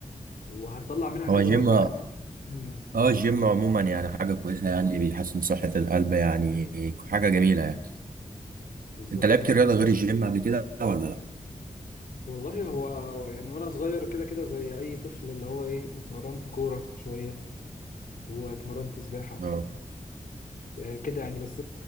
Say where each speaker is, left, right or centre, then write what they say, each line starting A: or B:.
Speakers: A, on the left; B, on the right.
A: وهتطلع منها كذا
B: هو جيم
A: وجبة كمان امم
B: اه الجيم عموما يعني حاجة كويسة يعني بيحسن صحة القلب يعني حاجة جميلة يعني
A: بالظبط
B: انت لعبت
A: طبعا
B: رياضة غير الجيم قبل كده ولا لا؟
A: والله هو يعني وانا صغير كده كده زي اي طفل اللي هو ايه اتمرنت كورة شوية واتمرنت سباحة
B: اه
A: آه كده يعني بس